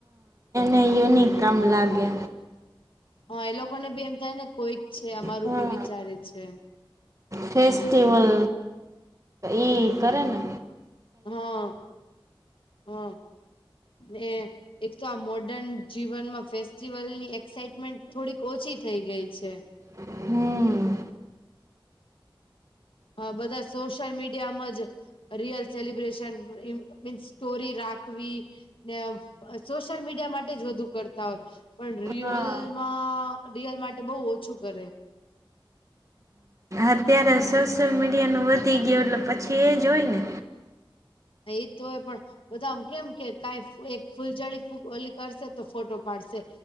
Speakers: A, on the right (about 35°); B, on the left (about 80°).
A: યુનીક કામ લાગે.
B: હા એ લોકોને બી એમ થાય ને કોઈક છે અમારું
A: હા
B: ભી વિચારે છે એમ.
A: ફેસ્ટિવલ ઈ કરેને.
B: હા હા ને. એક તો આ મોર્ડર્ન જીવનમાં ફેસ્ટિવલની એક્સાઈટમેન્ટ થોડીક ઓછી થઈ ગઈ છે.
A: હમ.
B: હા બધા સોશિયલ મીડિયામાં જ રિયલ સેલિબ્રેશન મીન્સ સ્ટોરી રાખવી ને આમ સોશિયલ મીડિયા માટે જ વધુ કરતા હોય. પણ રિયલમાં
A: હા
B: રિયલ માટે બહુ ઓછું કરે.
A: અત્યારે સોશિયલ મીડિયા નું વધી ગયું એટલે પછી એ જ હોય ને.
B: એજ તો હોય પણ બધા આમ કેમ કે કાએ એક ફૂલઝડી ઓલી કરશે તો ફોટો પાડશે